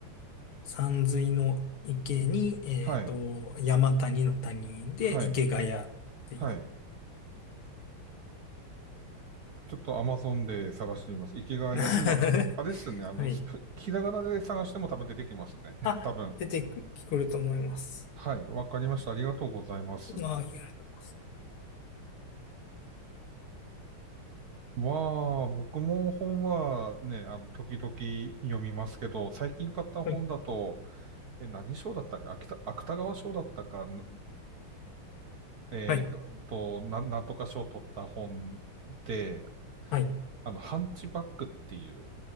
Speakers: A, on the left; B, on the right.
A: 山水の池に、えっと、
B: はい。
A: 山谷の谷で池谷っていう。
B: はい。はい。ちょっと Amazon で探してみます。池谷、
A: <laughs>
B: まあ、あれですね。あの、
A: はい。
B: すひらがなで探しても多分出てきますね。<laughs>
A: あ、
B: 多分。
A: 出てくると思います。
B: はい。わかりました。ありがとうございます。
A: あ、ありがとうございます。
B: まあ、僕も本はね、あの、時々読みますけど、最近買った本だと、
A: はい。
B: え、何賞だったっけ、秋田芥川賞だったか、なえっと、
A: はい。
B: とな、なんとか賞を取った本で、
A: はい。
B: あの、ハンチバックっていう、